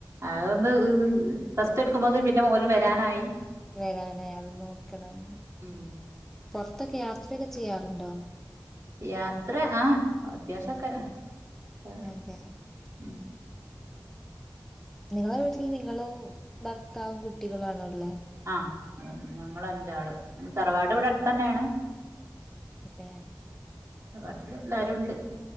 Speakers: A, on the right; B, in the centre.
A: അതൊന്ന് ഇത് റെസ് ത്തെട്ക്കുമ്പോത്തിന് പിന്നെ ഓൽ വെരാനായി
B: വെരാനായി അത് നോക്കണം
A: ഉം
B: പൊർത്തൊക്കെ യാത്രയൊക്കെ ചെയ്യാറുണ്ടോ?
A: യാത്ര ആഹ് അത്യാവ്ശൊക്കെ അഹ്
B: അതെ
A: ഉം
B: നിങ്ങെളെ വീട്ടിൽ നിങ്ങെളും ഭർത്താവും കുട്ടികെളും ആണോ ഉള്ളെ?
A: ആഹ് ഞങ്ങഅഞ്ചാളാ തറവാട് ഇവടെ അട്ത്തന്നെണ്
B: അതെ
A: തറവാട്ടില് എല്ലാരുണ്ട്